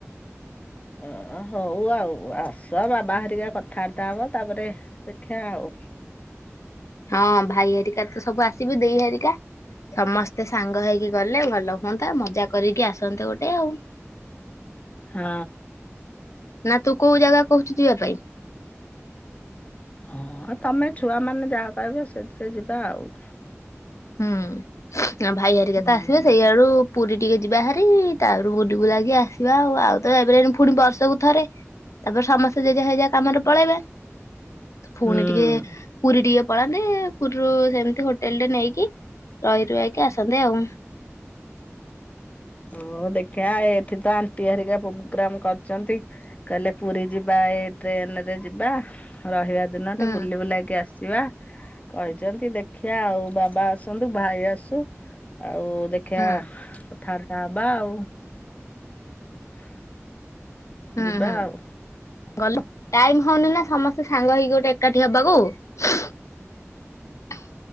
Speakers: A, on the left; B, on the left.
A: ଓ ହଉ ଆଉ ଆସ ବାବା ହେରିକା କଥାବାର୍ତ୍ତା ହବ ତାପରେ ଦେଖିବା ଆଉ
B: ହଁ ଭାଇ ହରିକା ତ ସବୁ ଆସିବି ଦେଇ ହରିକା ସମସ୍ତେ ମତେ ସାଙ୍ଗ ହେଇକି ଗଲେ ଭଲ ହୁହନ୍ତା ମଜା କରିକି ଆସନ୍ତେ ଗୋଟେ ଆଉ
A: ହଁ।
B: ନା ତୁ କୋଉ ଜାଗା କହୁଛୁ ଯିବା ପାଇଁ
A: ହଁ ତମେ ଛୁଆ ମାନେ ଯାହା କହିବ ସେଥିରେ ଯିବା ଆଉ।
B: ହୁଁ ଭାଇ ଆରିକା
A: ହୁଁ।
B: ତ ଆସିବେ ସେଇଆଡୁ। ପୁରୀ ଟିକେ ଯିବା ହାରି ତାପରେ ପୁରୀକୁ ଲାଗି ଆସିବା ଆଉ ଆଉ ତ ଏବେ ପୁଣି ବର୍ଷକୁ ଥରେ ତାପରେ ସମସ୍ତେ ଜେଜା ହେ ଯା କାମରେ ପଳେଇବେ। ପୁଣି
A: ହୁଁ।
B: ଟିକେ ପୁରୀ ଟିକେ ପଳାନ୍ତି ପୁରୀରୁ ସେମିତି ହୋଟେଲ ଟେ ନେଇକି। କି। ରହି ରୁହା କି ଆସନ୍ତେ ଆଉ।
A: ହଁ ଦେଖିବା ଏଠି ତ ଆଣ୍ଟି ହେରିକା ପ୍ରୋଗ୍ରାମ କରିଛନ୍ତି କହିଲେ ପୁରୀ ଯିବା ଏ ଟ୍ରେନ ରେ ଯିବା। ରହିବା ଦିନ ଟେ
B: ହୁଁ
A: ବୁଲି ବୁଲାକି ଆସି। ଯିବା କହିଛନ୍ତି ଦେଖିଆ ଆଉ ବାବା ଆସନ୍ତୁ ଭାଇ ଆସୁ ଆ। ଆଉ ଦେଖିଆ।
B: ହୁଁ
A: <unintelligible> <unintelligible>
B: ହୁଁ
A: ଯିବା
B: ହୁଁ
A: ଆଉ
B: ଗଲ। ଟାଇମ୍। ହଉନି ନା ସମସ୍ତେ ସାଙ୍ଗ ହେଇକି ଗୋଟେ ଏକାଠି ହବାକୁ। <unintelligible>